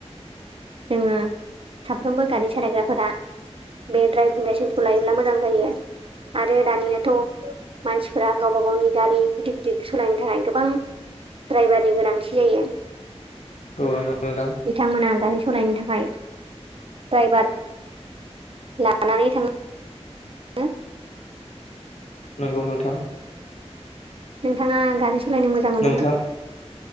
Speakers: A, on the right; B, on the left.
A: जोङो साफ्रोमबो गारि सालायग्राफोरा बे दड्राइभिं लाइसेन्सखौ लायोब्ला मोजां जायो आरो दानियाथ' मानसिफोरा गावबा गावनि गारि गिदिर गिदिर सालायनो थाखाय गोबां द्रायभारनि गोनांथि जायो
B: औ नंगौ नोंथां
A: बिथांमोना गारि सालायनो थाखाय ड्राइभार लानानै थांनो <unintelligible>
B: नंगौ नोंथां
A: नोंथाङा गारि सालायनो मोजां मोनो
B: नोंथां
A: ना